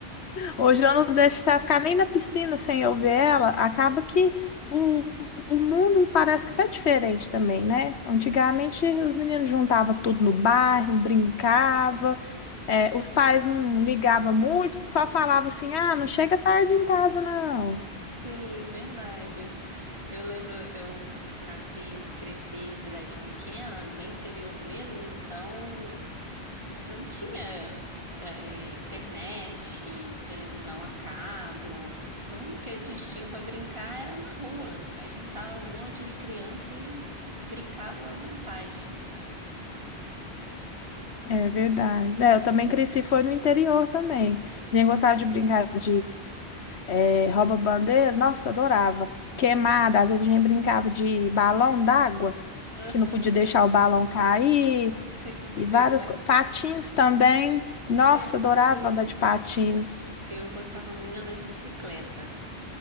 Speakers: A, on the left; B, on the right.
A: Hoje eu não deixo ela ficar nem na piscina sem eu ver ela. Acaba que o, o mundo parece que está diferente também, né? Antigamente os meninos juntavam tudo no bairro, brincavam. É, os pais não ligavam muito, só falavam assim, ah, não chega tarde em casa, não.
B: sim, verdade. Eu lembro, eu nasci, cresci em cidade pequena, bem interior mesmo, então não tinha eh, internet, televisão a cabo. Então o que a gente tinha para brincar era na rua. Aí juntava um monte de criança e, e brincava à vontade.
A: É verdade. É, eu também cresci, foi no interior também. A gente gostava de brincar de é, rouba-bandeira, nossa, adorava. Queimada,
B: <laughs>
A: às vezes a gente brincava de balão d'água,
B: Aham,
A: que não podia deixar o balão cair,
B: <laughs>
A: e
B: é verdade.
A: várias coisas. Patins também, nossa,
B: É,
A: adorava
B: sim,
A: andar de patins.
B: eu gostava muito de andar de bicicleta.